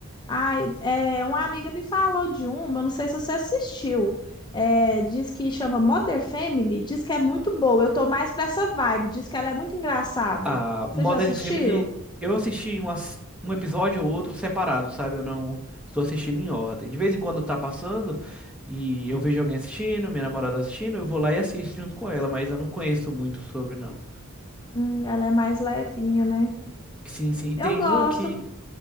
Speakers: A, on the left (about 20°); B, in the centre.
A: Ai, é, uma amiga me falou de uma, eu não sei se você assistiu. É, diz que chama Mother Family, diz que é muito boa. Eu tô mais pra essa vibe, diz que ela é muito engraçada.
B: a
A: Você
B: Modern
A: já assistiu?
B: Family, eu assisti umas- um episódio ou outro separado, sabe? Eu não estou assistindo em ordem. De vez em quando tá passando e eu vejo alguém assistindo, minha namorada assistindo, eu vou lá e assisto junto com ela, mas eu não conheço muito sobre, não.
A: Hum, ela é mais levinha, né?
B: Sim, sim. E
A: Eu
B: tem
A: gosto.
B: uma que,